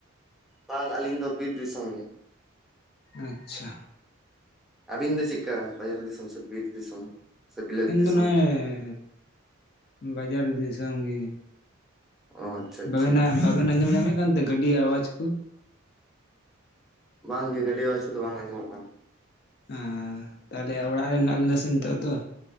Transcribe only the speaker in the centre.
ᱵᱟᱝ ᱟᱹᱞᱤᱧ ᱫᱚ ᱵᱤᱨ ᱫᱤᱥᱚᱢ ᱜᱮ
ᱟᱵᱤᱱ ᱫᱚ ᱪᱮᱫᱠᱟ ᱵᱟᱡᱟᱨ ᱫᱤᱥᱚᱢ ᱥᱮ ᱵᱤᱨ ᱫᱤᱥᱚᱢ ᱥᱮ ᱵᱤᱞᱟᱹᱛ
ᱫᱤᱥᱚᱢ?
ᱚ ᱟᱪᱪᱷᱟ ᱟᱪᱪᱷᱟ
ᱵᱟᱝᱜᱮ ᱜᱟᱹᱰᱤ ᱟᱣᱟᱡ ᱠᱚᱫᱚ ᱵᱟᱝ ᱟᱸᱡᱚᱢᱚᱜ ᱠᱟᱱᱟ